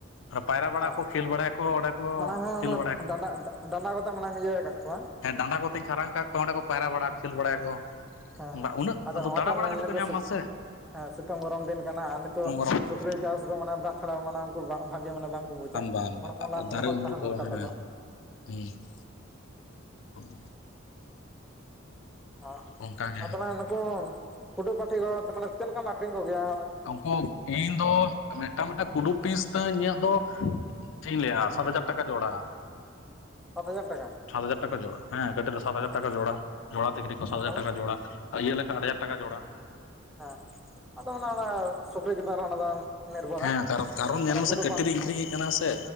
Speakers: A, on the left; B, in the centre.
A: ᱟᱨ ᱯᱟᱭᱨᱟ ᱵᱟᱲᱟ
B: ᱚ
A: ᱠᱚ ᱠᱷᱮᱞ ᱵᱟᱲᱟᱭᱟᱠᱚ ᱚᱸᱰᱮ ᱠᱚ
B: ᱢᱟᱱᱮ ᱦᱮᱸ
A: ᱠᱷᱮᱞ
B: ᱚᱱᱟ
A: ᱵᱟᱲᱟᱭᱟᱠᱚ᱾
B: ᱰᱟᱸᱰᱟ ᱰᱟᱸᱰᱟ ᱠᱚᱛᱮ ᱢᱟᱱᱮᱢ ᱤᱭᱟᱹ ᱟᱠᱟᱫ ᱠᱚᱣᱟ
A: ᱦᱮᱸ ᱰᱟᱸᱰᱟ ᱠᱚᱛᱮᱧ ᱠᱷᱟᱨᱟᱝ ᱠᱟᱜ ᱠᱚᱣᱟ ᱚᱸᱰᱮ ᱠᱚ ᱯᱟᱭᱨᱟ ᱵᱟᱲᱟ ᱠᱷᱮᱞ ᱵᱟᱲᱟᱭᱟᱠᱚ᱾
B: ᱦᱮᱸ ᱦᱮᱸ
A: ᱩᱱᱟᱹᱜ ᱟᱫᱚ
B: ᱱᱚᱜᱼᱚᱭ
A: ᱫᱟᱬᱟ ᱵᱟᱲᱟ ᱠᱟᱹᱴᱤᱡ
B: ᱛᱚ ᱱᱤᱛᱚᱜ
A: ᱠᱚ ᱧᱟᱢ ᱢᱟ ᱥᱮ᱾
B: ᱦᱮᱸ ᱥᱤᱛᱩᱝ ᱜᱚᱨᱚᱢ ᱫᱤᱱ ᱠᱟᱱᱟ ᱟᱨ ᱱᱤᱛᱚᱜ
A: ᱜᱚᱨᱚᱢ ᱫᱤᱱ
B: ᱥᱩᱠᱨᱤ ᱪᱟᱥ ᱫᱚ ᱢᱟᱱᱮ ᱫᱟᱜ ᱪᱷᱟᱲᱟ ᱢᱟᱱᱮ ᱩᱱᱠᱩ ᱵᱟᱝ ᱵᱷᱟᱜᱮ ᱢᱟᱱᱮ ᱵᱟᱝ ᱵᱩᱡᱟ
A: ᱵᱟᱝ
B: ᱦᱚᱲᱢᱚ
A: ᱵᱟᱝ ᱫᱟᱨᱮ
B: ᱞᱚᱦᱚᱫ
A: ᱩᱢᱩᱞ
B: ᱛᱟᱦᱮᱸ ᱫᱚᱨᱠᱟᱨ
A: ᱠᱚ ᱦᱮᱸ
B: ᱛᱟᱠᱚᱣᱟ᱾
A: <unintelligible> <unintelligible>
B: ᱚ
A: ᱚᱱᱠᱟᱜᱮ
B: ᱟᱫᱚ ᱱᱟᱼᱜ ᱱᱩᱠᱩ ᱠᱩᱰᱩ ᱯᱟᱹᱴᱷᱤ ᱠᱚ ᱢᱟᱱᱮ ᱪᱮᱫ ᱞᱮᱠᱟᱢ ᱟᱠᱷᱨᱤᱧ ᱠᱚ ᱜᱮᱭᱟ?
A: ᱩᱱᱠᱩ ᱤᱧ ᱫᱚ ᱢᱤᱫ ᱴᱟᱝ, ᱢᱤᱫ ᱴᱟᱝ ᱠᱩᱰᱩ ᱯᱷᱤᱥ ᱛᱤᱧ ᱤᱧᱟᱹᱜ ᱫᱚ! ᱪᱮᱫ ᱤᱧ ᱞᱟᱹᱭᱼᱟ ᱥᱟᱛ ᱦᱟᱡᱟᱨ ᱴᱟᱠᱟ ᱡᱚᱲᱟ᱾
B: ᱥᱟᱛ ᱦᱟᱡᱟᱨ ᱴᱟᱠᱟ!
A: ᱥᱟᱛ ᱦᱟᱡᱟᱨ ᱴᱟᱠᱟ ᱡᱳᱲᱟ ᱦᱮᱸ ᱠᱟᱹᱴᱤᱡ ᱨᱮ ᱥᱟᱛ
B: ᱚ
A: ᱦᱟᱡᱟᱨ ᱴᱟᱠᱟ ᱡᱚᱲᱟ᱾ ᱡᱳᱲᱟ ᱛᱤᱠᱨᱤ <inaudible> ᱱᱤᱛᱚᱼᱜ ᱥᱟᱛ
B: ᱟᱨ
A: ᱦᱟᱡᱟᱨ
B: ᱛᱟᱦᱚᱞᱮ
A: ᱴᱟᱠᱟ ᱡᱚᱲᱟ, ᱟᱨ ᱤᱭᱟᱹ ᱞᱮᱱ ᱠᱷᱟᱱ ᱟᱴ ᱦᱟᱡᱟᱨ ᱴᱟᱠᱟ ᱡᱚᱲᱟ᱾
B: ᱟᱸ <unintelligible> ᱟᱫᱚ ᱚᱱᱟ ᱫᱚ ᱥᱩᱠᱨᱤ ᱪᱮᱛᱟᱱ ᱨᱮ ᱚᱱᱟ ᱫᱚ! ᱱᱤᱨᱵᱷᱚᱨᱟᱭ
A: ᱦᱮᱸ ᱠᱟᱨᱚᱠ ᱠᱟᱨᱚᱱ ᱧᱮᱞ
B: ᱢᱟᱱᱮ
A: ᱢᱮ
B: ᱠᱩᱰᱩ
A: ᱥᱮ ᱠᱟᱹᱴᱤᱡ
B: ᱯᱟ
A: ᱨᱤᱧ
B: ᱦᱮᱸ
A: ᱟᱹᱠᱷᱨᱤᱧ ᱮ ᱠᱟᱱᱟ ᱥᱮ